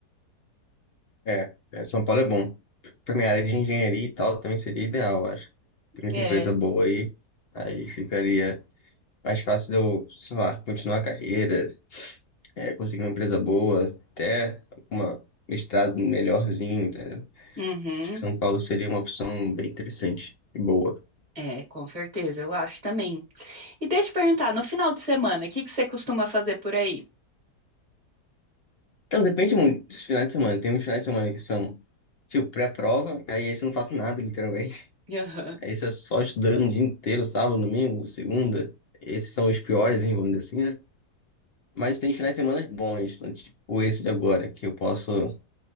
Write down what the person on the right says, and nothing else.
É.
Uhum.
É, com certeza, eu acho também. E deixa eu perguntar, no final de semana, o que que você costuma fazer por aí?
<laughs> Aham.